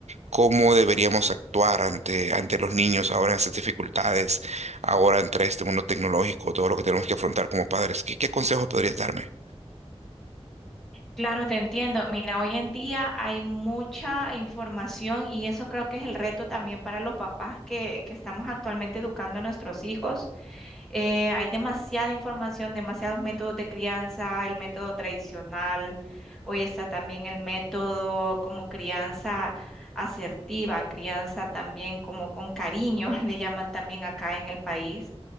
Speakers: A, on the right; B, in the centre.
A: cómo deberíamos actuar ante, ante los niños ahora en estas dificultades, ahora entre este mundo tecnológico, todo lo que tenemos que afrontar como padres. ¿Qué, qué consejos podrías darme?
B: Claro, te entiendo. Mira, hoy en día hay mucha información y eso creo que es el reto también para los papás que, que estamos actualmente educando a nuestros hijos. Eh, hay demasiada información, demasiados métodos de crianza, el método tradicional. Hoy está también el método como crianza asertiva, crianza también como con cariño, <laughs> le llaman también acá en el país.